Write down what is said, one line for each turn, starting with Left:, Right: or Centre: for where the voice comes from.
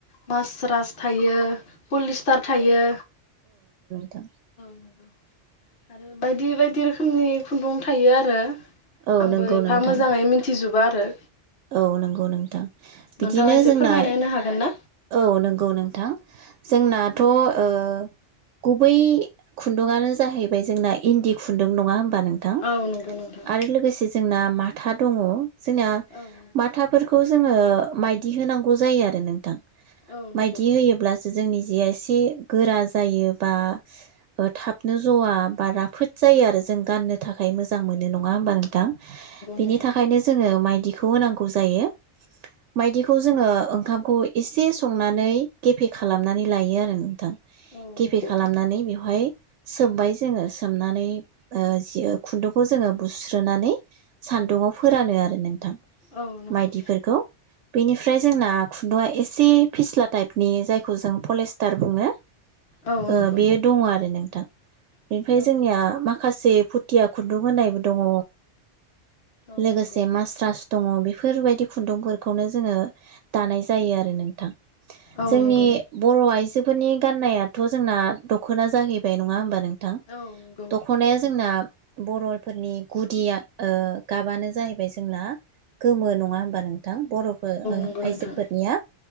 Left: मास्रास थायो पलिस्टार थायो
Right: थां
Left: नोंगौ आरो बायदि बायदि रोखोमनि खुन्दुं थायो आरो
Right: औ
Left: आंबो
Right: नंगौ
Left: एफा
Right: नोंथां
Left: मोजाङै मिथिजोबा। <unintelligible>
Right: औ नंगौ नोंथां
Left: नोंथाङा
Right: बिदिनो
Left: एसे
Right: जोंना
Left: फोरमायना होनो हागोन ना
Right: औ नंगौ नोंथां जोंनाथ'
Left: औ
Right: ओ बै खुन्दुंआनो जाहै बै जोंना इन्दि खुन्दुं नङा होमबा नोंथां
Left: औ नंगौ नोंथां
Right: आरो लोगोसे जोंना माथा दङ जोंनि माथाफोरखौ
Left: औ नंगौ
Right: जोङो माइदि होनांगौ जायो आरो नोंथां
Left: औ नंगौ
Right: माइदि होयोब्लासो जोंनि जेआ एसे गोरा जायो बा थाबनो जवा बा राफोद जायो आरो जों गाननो थाखाय मोजां मोनो नङा होमबा नोंथां बिनि
Left: नोंथां
Right: थाखायनो जोङो माइ खौ होनांगौ जायो माइदिखौ जोङो ओंखामखौ एसे संनानै गेफे खालामनानै लायो आरो नोंथां
Left: औ
Right: गेफे
Left: नंगौ
Right: खालामनानै बेवहाय सोमबाय जोङो सोमनानै ओ जि खुन्दुंखौ जोङो बुस्रोनानै सान्दुंडाव फोरानो आरो नों माइदिफोरखौ
Left: औ नंगौ
Right: बेनिफ्राय जोंना खुन्दुआ एसे फिस्ला टाइपनि जायखौ जों पलेस्टार बुङो
Left: औ
Right: ओ
Left: नंगौ
Right: बेयो दङ आरो नोंथां बेनिफ्राय
Left: औ
Right: जोंनिया माखासे फुथिया खुन्दुं होनायबो दङ
Left: औ
Right: लोगोसे
Left: नंगौ
Right: मास्रास ओ बेफोरबायदि खुन्दुंफोरखौनो जोङो दानाय जायो आरो नोंथां
Left: औ
Right: जोंनि
Left: नंगौ
Right: बर' आइजोफोरनि गाननायाथ' जोंना दख'ना जाहैबाय नङा हबा नोंथां
Left: औ नंगौ
Right: दख'नाया जोंना बर'फोरनि गुदिया ओ गाबानो जाहैबाय जों <unintelligible> गोमो नङा होमबा नोंथां बर'फोर
Left: नंगौ नोंथां
Right: आइजोफोरनिया